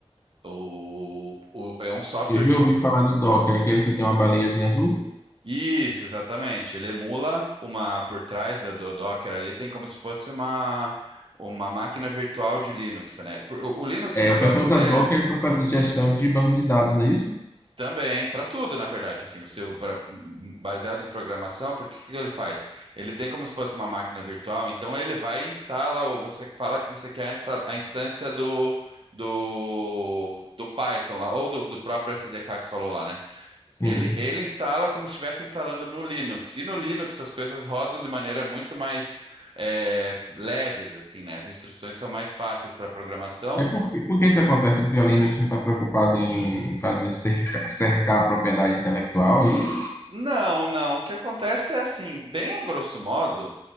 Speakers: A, on the right; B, on the left.
A: O, o, é um software
B: Eu já
A: que.
B: ouvi falar do Docker, aquele que tem uma baleiazinha azul.
A: Isso, exatamente. Ele emula uma por trás da- do Docker ali, tem como se fosse uma, uma máquina virtual de Linux, né? Por- O, o Linux,
B: É,
A: o negócio
B: o pessoal usa
A: dele
B: Docker para fazer gestão de banco de dados, não é isso?
A: Também, para tudo, na verdade, assim, você pra- baseado em programação, porque que que ele faz? Ele tem como se fosse uma máquina virtual, então ele vai e instala, ou você fala que você quer a insta- a instância do, do, do Python lá, ou do, do próprio SDK que você falou lá, né?
B: Sim.
A: Ele, ele instala como se estivesse instalando no Linux, e no Linux as coisas rodam de maneira muito mais é, leves, assim, né? As instruções são mais fáceis para programação.
B: É porque, por que isso acontece? Porque a Linux não está preocupada em fazer cerca- cercar a propriedade intelectual, é isso?
A: Não, não, o que acontece é assim, bem a grosso modo.